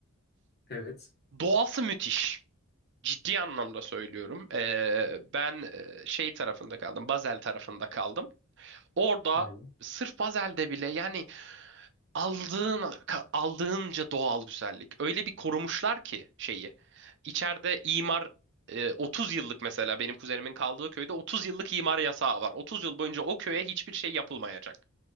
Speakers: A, on the left; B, on the right.
A: Evet.
B: Doğası müthiş. Ciddi anlamda söylüyorum. E, ben e, şey tarafında kaldım. Basel tarafında kaldım. Orada
A: <laughs> Aha.
B: sırf Basel'de bile yani aldığın aldığınca doğal güzellik. Öyle bir korumuşlar ki şeyi. İçeride imar e, 30 yıllık mesela benim kuzenimin kaldığı köyde 30 yıllık imar yasağı var. 30 yıl boyunca o köye hiçbir şey yapılmayacak.